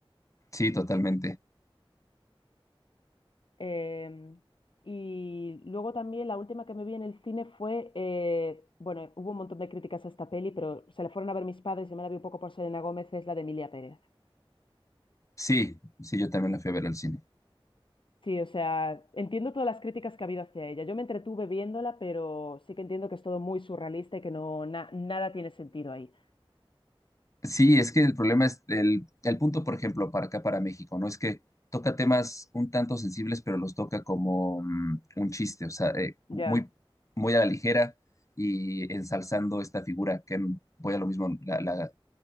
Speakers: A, on the left; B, on the left.
A: Sí, totalmente.
B: Em, y luego también la última que me vi en el cine fue, eh, bueno, hubo un montón de críticas a esta peli, pero se la fueron a ver mis padres y me la vi un poco por Selena Gómez, es la de Emilia Pérez.
A: Sí, sí, yo también la fui a ver al cine.
B: Sí, o sea, entiendo todas las críticas que ha habido hacia ella. Yo me entretuve viéndola, pero sí que entiendo que es todo muy surrealista y que no na- nada tiene sentido ahí.
A: Sí, es que el problema es el, el punto, por ejemplo, para acá, para México, ¿no? Es que toca temas un tanto sensibles, pero los toca como mm, un chiste, o sea, eh,
B: Ya,
A: muy, muy a la ligera y ensalzando esta figura, que mm, voy a lo mismo, la, la-